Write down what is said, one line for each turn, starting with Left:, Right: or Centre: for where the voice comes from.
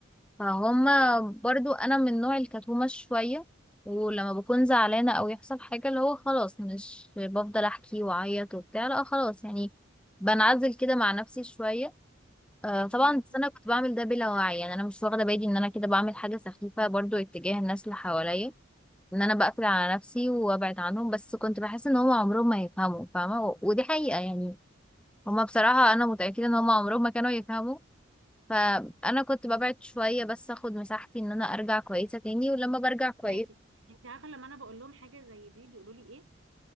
Centre: فهما برضو انا من نوع الكتومة شوية ولما بكون زعلانة او يحصل حاجة اللي هو خلاص مش بفضل احكي واعيط وبتاع لا خلاص يعني بنعزل كده مع نفسي شوية آه، طبعا
Right: ماشي
Centre: بس انا كنت بعمل ده بلا وعي يعني انا مش واخدة بالي ان انا كده بعمل حاجة سخيفة برضو اتجاه الناس اللي حواليا ان انا بقفل على نفسي وابعد عنهم بس كنت بحس ان هم عمرهم ما يفهموا فاهمه و- ودي حقيقه يعني هم بصراحه انا متاكده ان هم عمرهم ما كانوا يفهموا فانا كنت ببعد شويه بس اخد مساحتي ان انا ارجع كويسه تاني ولما برجع كويس
Right: ماشي انتي عارفة لما انا بقول لهم حاجة زي دي بيقولوا لي ايه